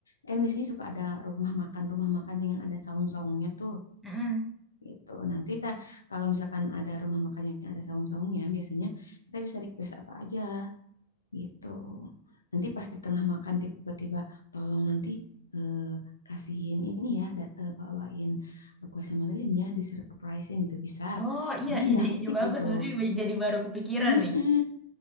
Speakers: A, on the left; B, in the centre.
A: Kan biasanya suka ada rumah makan, rumah makan yang ada saung-saungnya tuh.
B: Mm-mm.
A: gitu. Nanti kita kalau misalkan ada rumah makannya ada saung-saungnya, biasanya kita bisa request apa aja gitu. Nanti pas di tengah makan tiba-tiba tolong nanti eh, kasihin ini ya, dat- eh, bawain kue sama lilinnya, di surprisein gitu bisa.
B: Oh iya,
A: Jadi nggak
B: ide-ide
A: hektik
B: bagus.
A: gitu.
B: Jadi jadi baru kepikiran
A: Mm-mm.
B: nih.